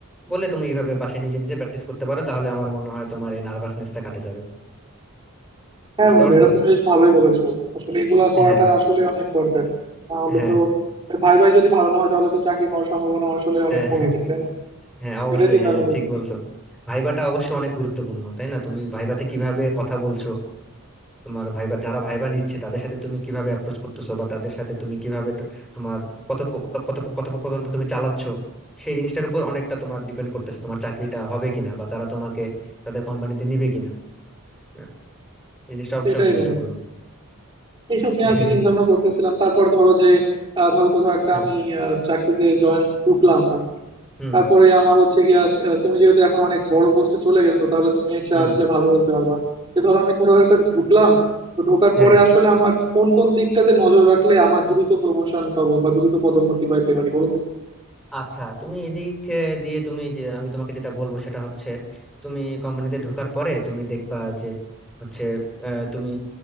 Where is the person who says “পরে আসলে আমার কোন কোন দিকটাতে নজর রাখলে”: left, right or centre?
Right